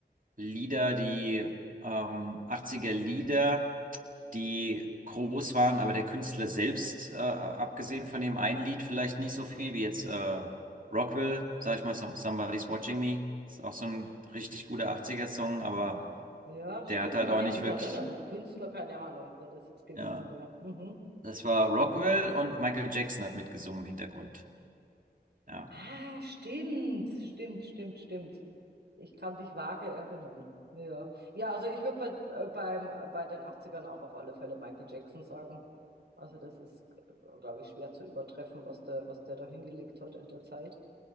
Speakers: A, on the right (about 50°); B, on the right (about 70°).
A: Lieder, die ähm, 80er Lieder. die groß waren, aber der Künstler selbst, äh, abgesehen von dem einen Lied, vielleicht nicht so viel wie jetzt äh, Rockwell, sag ich mal, Some- Somebody's Watching Me. Ist auch so ein richtig guter achtziger song
B: Ah,
A: aber
B: ja, stimmt,
A: der hat halt
B: kann
A: auch
B: ich
A: nicht
B: mich erinnern.
A: wirklich,
B: Künstler, keine Ahnung, wer das jetzt gewesen
A: ja.
B: wäre. Mhm.
A: Das war Rockwell und Michael Jackson hat mitgesungen im Hintergrund. Ja.
B: Ah, stimmt, stimmt, stimmt, stimmt. Ich kann mich vage erinnern. Ja, ja, also ich würde bei, äh, beim, äh, bei den Achtzigern auch auf alle Fälle Michael Jackson sagen. Also das ist, glaube ich, schwer zu übertreffen, was der, was der da hingelegt hat in der Zeit.